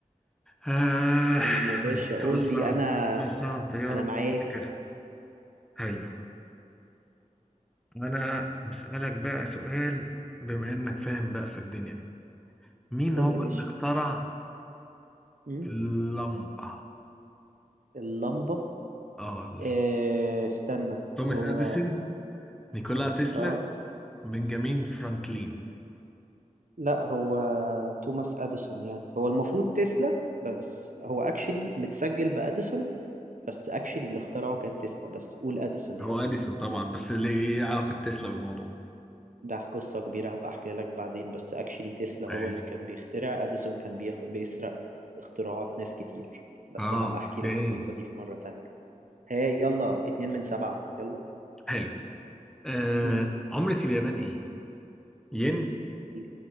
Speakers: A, in the centre; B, on the right (about 75°).
A: آه.
B: قول لي يا باشا
A: سؤال
B: قول لي
A: صعب
B: انا
A: سؤال صعب يا
B: انا
A: رب
B: معاك
A: كده حلو أنا بسألك بقى سؤال بما انك فاهم بقى في الدنيا دي مين
B: قول
A: هو
B: لي يا باشا
A: اللي اخترع
B: أمم،
A: اللمبة
B: اللمبة
A: اه
B: إيه استنى
A: توماس
B: هو
A: اديسون نيكولا تسلا
B: اه
A: بنجامين فرانكلين
B: لا هو توماس اديسون يعني هو المفروض تسلا بس هو اكشلي متسجل باديسون بس اكشلي اللي اخترعه كان تسلا بس قول اديسون يا
A: هو
B: عم
A: اديسون طبعا بس ليه ايه علاقة تسلا بالموضوع
B: ده قصة كبيرة هبقى احكيها لك بعدين بس اكشلي تسلا
A: ماشي
B: هو اللي كان بيخترع اديسون كان بيخ... بيسرق اختراعات ناس كتير بس
A: اه
B: هبقى
A: اوكي
B: احكي لك القصة دي في مرة تانية هاي يلا اتنين من سبعة يلا
A: حلو آه
B: مم.
A: عملة اليابان ايه ين
B: ال-